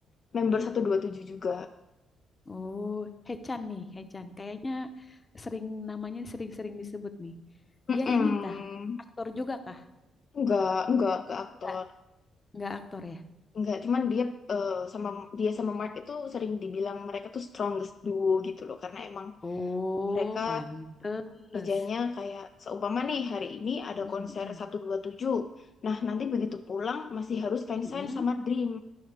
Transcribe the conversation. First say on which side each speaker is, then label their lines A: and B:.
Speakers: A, on the left (about 45°); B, on the left (about 25°).
A: member seratus dua puluh tujuh juga.
B: Oh, Hechan nih, Hechan. Kayaknya sering namanya sering-sering disebut nih.
A: Mm-mm.
B: Dia ini kah? Aktor juga kah?
A: Enggak, enggak, enggak aktor.
B: Enggak, enggak aktor ya.
A: Enggak, cuman dia eh, sama dia sama Mark itu sering dibilang mereka tuh strongest duo gitu loh karena emang
B: Oh,
A: mereka
B: pantes.
A: kerjanya kayak seumpama nih hari ini ada
B: Mm-mm.
A: konser satu dua tujuh Nah, nanti begitu pulang masih harus fansign
B: Mm-mm.
A: sama Dream.